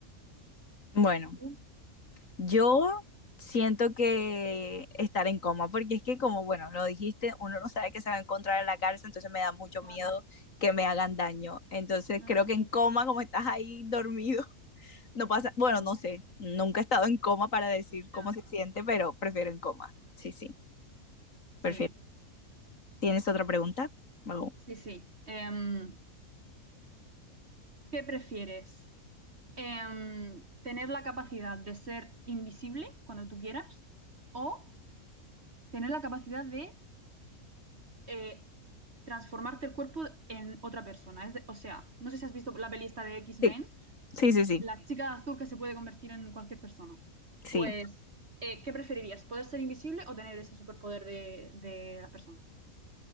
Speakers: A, on the left; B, on the right.
A: Bueno,
B: Uh,
A: yo siento que estar en coma, porque es que como, bueno, lo dijiste, uno no sabe qué se va a encontrar en la cárcel, entonces me da mucho
B: Claro,
A: miedo que me hagan daño. Entonces
B: así,
A: creo que en coma, como estás ahí dormido. No pasa, bueno,
B: claro,
A: no sé, nunca he estado en coma para decir cómo
B: ya,
A: se siente, pero prefiero en coma. Sí, sí,
B: sí,
A: prefiero. ¿Tienes otra pregunta? Oh.
B: sí, sí. Em, ¿qué prefieres? Em, ¿tener la capacidad de ser invisible cuando tú quieras o tener la capacidad de eh, transformarte el cuerpo en otra persona. Es de- o sea, no sé si has visto la peli esta de X-Men,
A: Sí, sí, sí, sí.
B: la chica de azul que se puede convertir en cualquier persona.
A: Sí,
B: Pues, eh, ¿qué preferirías? ¿Poder ser invisible o tener ese superpoder de, de las personas?